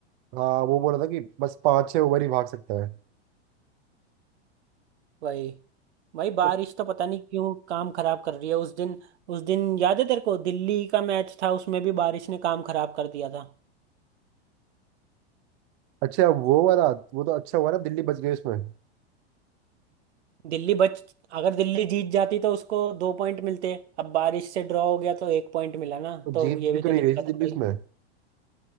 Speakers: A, on the right; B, on the right.
A: हाँ वो बोल रहा था कि बस पाँच छह ओवर ही भाग सकता है
B: वही भाई बारिश
A: But
B: तो पता नहीं क्यों काम खराब कर रही है उस दिन उस दिन याद है तेरे को दिल्ली का मैच था उसमें भी बारिश ने काम खराब कर दिया था
A: अच्छा वो वाला वो तो अच्छा हुआ ना दिल्ली बच गई उसमें
B: दिल्ली बच अगर दिल्ली जीत जाती तो उसको दो पॉइंट मिलते अब बारिश से ड्रॉ हो गया तो एक पॉइंट मिला ना
A: तो
B: तो
A: जीत
B: ये
A: भी
B: भी
A: तो
B: तो
A: नहीं रही
B: दिक्कत
A: थी दिल्ली उसमें
B: है